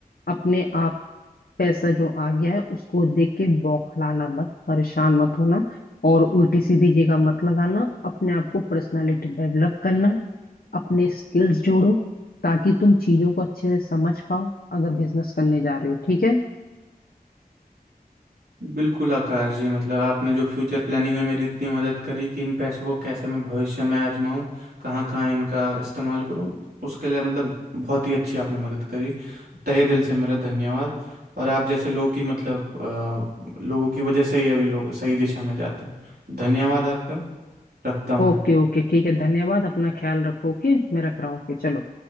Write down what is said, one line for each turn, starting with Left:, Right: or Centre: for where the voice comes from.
Left: अपने आप पैसा जो आ गया है उसको देख के बौखलाना मत परेशान मत होना और उल्टी सीधी जगह मत लगाना अपने आप को पर्सनालिटी डेवलप करना अपने स्किल्स जोड़ो ताकि तुम चीजों को अच्छे से समझ पाओ अगर बिजनेस करने जा रहे हो ठीक है
Right: बिल्कुल आकाश जी मतलब आपने जो फ्यूचर प्लानिंग में मेरी इतनी मदद करी कि इन पैसों को कैसे मैं भविष्य में आजमाऊं कहाँ कहाँ इनका इस्तेमाल करूं उसके लिए मतलब बहुत ही अच्छी आपने मदद करी तहे दिल से मेरा धन्यवाद और आप जैसे लोग की मतलब अ, लोगों की वजह से ही अभी लोग सही दिशा में जाते हैं धन्यवाद आपका रखता हूँ
Left: ओके
Right: मैं
Left: ओके ठीक है धन्यवाद अपना ख्याल रखो ओके मैं रख रहा हूँ ओके चलो